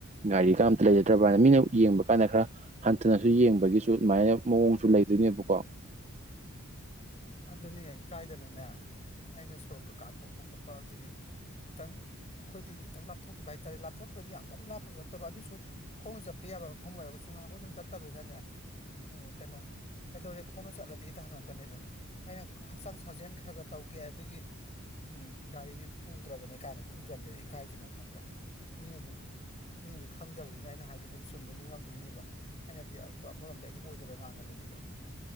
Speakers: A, on the right; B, on the left.
A: ꯒꯥꯔꯤꯒ ꯑꯝꯇ ꯂꯩꯖꯗꯕ꯭ꯔꯅ ꯃꯤꯅ ꯌꯦꯡꯕ ꯌꯦꯡꯕ ꯀꯥꯟꯗ ꯈꯔ ꯍꯟꯊꯅꯁꯨ ꯌꯦꯡꯕꯒꯤꯁꯨ ꯑꯗꯨꯃꯥꯏꯅ ꯃꯑꯣꯡꯁꯨ ꯂꯩꯗꯣꯏꯅꯦꯕꯀꯣ
B: ꯑꯗꯨꯅꯦ ꯏꯀꯥꯏꯗꯅꯅꯦ ꯑꯩꯅ ꯁꯣꯔꯣꯛ ꯀꯀꯥ ꯊꯣꯛꯣꯛꯄ ꯈꯣꯠꯄ ꯑꯗꯒꯤ ꯈꯤꯇꯪ ꯑꯩꯈꯣꯏꯗꯒꯤ ꯈꯤꯇꯪ ꯂꯥꯞꯊꯣꯛꯈꯤꯕ ꯍꯥꯏꯇꯥꯔꯦ ꯂꯥꯞꯊꯣꯛ ꯄ ꯌꯥꯝ ꯀꯟꯅ ꯂꯥꯞꯄꯗꯤ ꯅꯠꯇꯕ ꯑꯗꯨꯁꯨ ꯈꯣꯡꯅ ꯆꯠꯄ ꯌꯥꯕ ꯃꯐꯝ ꯑꯣꯏꯔꯒꯁꯨ ꯉꯥꯏꯍꯥꯛꯈꯣ ꯁꯨꯝ ꯆꯠꯇꯕꯅꯤꯅꯅꯦ ꯀꯩꯅꯣ ꯀꯩꯗꯧꯔꯦ ꯈꯣꯡꯅ ꯆꯠꯂꯗꯤ ꯍꯦꯛꯇꯥ ꯍꯪꯉꯛꯀꯅꯦꯕ ꯑꯩꯅ ꯍꯛꯆꯥꯡ ꯁꯥꯖꯦꯟ ꯈ꯭ꯔ ꯈ꯭ꯔ ꯇꯧꯒꯦ ꯑꯗꯨꯒꯤ ꯎ ꯒꯥꯔꯤꯒ ꯄꯨꯗ꯭ꯔꯕꯅꯦ ꯀꯥꯏꯅ ꯈꯨꯝꯖꯜ ꯗꯩ ꯏꯀꯥꯏꯗꯅ ꯈꯪꯕ꯭ꯔꯥ ꯃꯤꯅ ꯑꯗꯨꯝ ꯃꯤꯅꯗꯤ ꯈꯪꯗꯕꯅꯤꯅ ꯑꯩꯅ ꯍꯥꯏꯗꯣ ꯑꯗꯨꯝ ꯆꯨꯝꯕꯣꯏ ꯉꯤꯡꯉꯝꯗꯣꯏꯅꯦꯕ ꯑꯩꯅꯗꯤ ꯑꯃꯔꯣꯝꯗ ꯑꯩꯗꯤ ꯑꯣꯏꯗꯕ ꯉꯥꯡꯉꯕꯅꯦꯕ